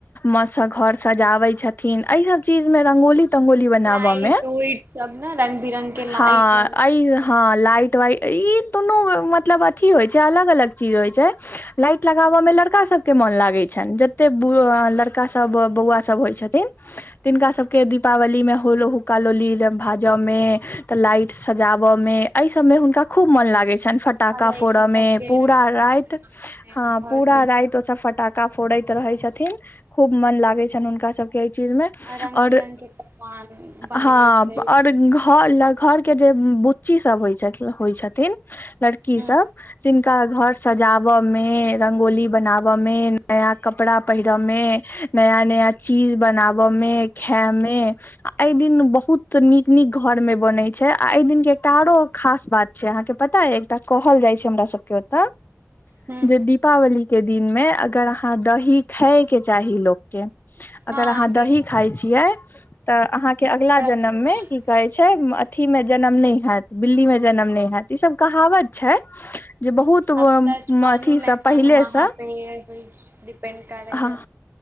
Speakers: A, on the left (about 40°); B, on the right (about 45°).
A: माँ से घर सजाबै छथिन यई सब चीज में रंगोली तंगोली बनाबऽ
B: लाइट
A: मे
B: ऊइट सब ने रंग बिरंग के लाइट
A: हँ
B: लगबै
A: अइ
B: छथिन
A: हँ लाइट वाइट ई दुनू मतलब अथी होइ अलग अलग चीज होय छै लाइट लगाब में लड़का सब के मन लागे छै जतै लड़का सब बौआ सब होइ छथिन तिनका सब के दीपावली में होल हुक्का लोलील भाजऽ मे तऽ लाइट सजाबऽ में एहि सभमे हुनका खूब मौन लागै छनि फटाका
B: अलायची
A: फोड़ऽ
B: सबके
A: में पूरा
B: रंगोली
A: राति
B: बनाबे
A: ह
B: घर
A: पूरा
B: से
A: राति ओ सब फटाका फोड़ैत रहै छथिन खूब मन लागै छनि हुनका सभके एहि चीज में आ
B: रंग
A: और
B: बिरंग के पकवान बानै
A: हँ
B: छै
A: और घर घर के जे बुच्ची सब हो छथिन लड़की
B: हूँ
A: सब तिनका घर सजावय में रंगोली बनावऽ में नया कपड़ा पहिर में नया नया चीज बनाबे में खेए में ए दिन बहुत निक निक घर में बन छै आ एहि दिन के एकटा आरो खास बात छै अहाँ के पता है एकटा कहल जाइ छै हमरा सबके ओतऽ
B: हूँ
A: जे दीपावली के दिन में अगर अहाँ दही खएके चाही लोक के अगर
B: हँ
A: अहाँ
B: बीज
A: दही खाइ छियै तऽ अहाँ के अगला
B: बड़ा
A: जन्म
B: शुभ
A: में
B: मानल
A: कि
B: जाइ
A: कहै छै अथी में जन्म जनम नहि हयत बिल्ली मे जनम नहि हयत ई सब कहावत छै जे बहुत
B: अब तऽ मानू
A: अथी
B: नहि
A: सँ
B: मानू
A: पहिले
B: वहाँ
A: सँ
B: पे मैं डिपेंड करैय
A: ह